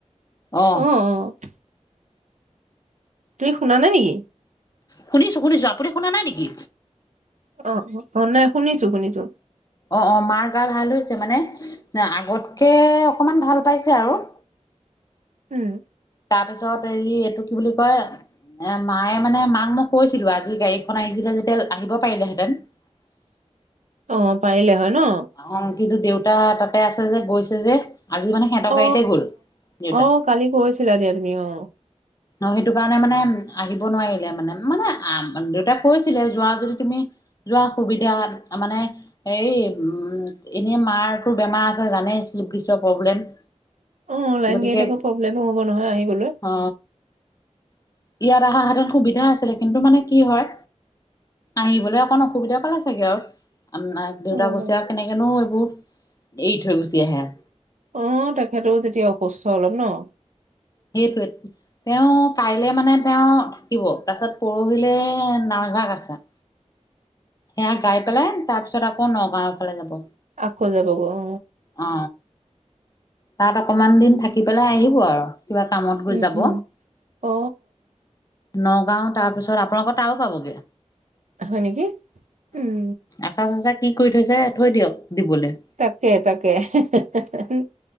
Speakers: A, on the left; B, on the right.
A: অ
B: অ-অ। তুমি শুনা নাই নেকি?
A: শুনিছো-শুনিছো আপুনি শুনা নাই নেকি?
B: অ-অ নাই শুনিছো-শুনিছো।
A: অ-অ মাৰ গা ভাল হৈছে মানে আগতকে অকমান ভাল পাইছে আৰু।
B: উম
A: তাৰ পিছত হেৰি এইটো কি বুলি কয়? এ মায়ে মানে মাক মই কৈছিলো আজি গাড়ীখন আহিছিলে যেতিয়া আহিব পাৰিলেহেতেন। <inaudible>
B: অ পাৰিলে হয় ন।
A: অ কিন্তু দেউতা তাতে আছে যে গৈছে যে, আজি মানে সিহতৰ
B: অ
A: গাড়ীতে গ'ল, দেউতা
B: অ কালি কৈছিলা দে তুমি অ।
A: অ সেইটো কাৰণে মানে আহিব নোৱাৰিলে মানে মানে দেউতাক কৈছিলে যোৱা যদি তুমি যোৱা সুবিধা মানে হে উম এনে মাৰটো বেমাৰ আছে জানেই শ্লিপদিচৰ প্ৰব্লেম।
B: অ লাইন
A: গতিকে
B: গাড়ী আকৌ প্ৰব্লেমো হ'ব নহয় আহিবলৈ।
A: অ ইয়াত আহা হেঁতেন সুবিধা আছিলে কিন্তু মানে কি হয়। আহিবলৈ অকণ অসুবিধা পালে চাগে আও। আ দেউতাক
B: অ
A: গৈছে আৰু কেনেকেনো এইবোৰত এৰি থৈ গুচি আহে।
B: অ তেখেতৰ তেতিয়া অসুস্থ অলপ ন।
A: সেইটোৱেট তেওঁ কাইলে মানে তেওঁ থাকিব তাৰপিছত পৰহিলে নওভাগ আছে। সেয়া গাই পেলাই তাৰ পিছত আকৌ নগাঁওৰ ফালে যাব।
B: আকৌ যাবগৈ অ
A: অ তাত অকমান দিন থাকি পেলাই আহিব আৰ। কিবা কামত
B: উম
A: গৈ যাব।
B: উম অ
A: নগাঁও তাৰপিছত আপোনালোকৰ তাৰো পাবগে।
B: হয় নেকি, উম।
A: আচা চচা কি কৰি থৈছে থৈ দিয়ক দিবলে।
B: তাকে তাকে <unintelligible>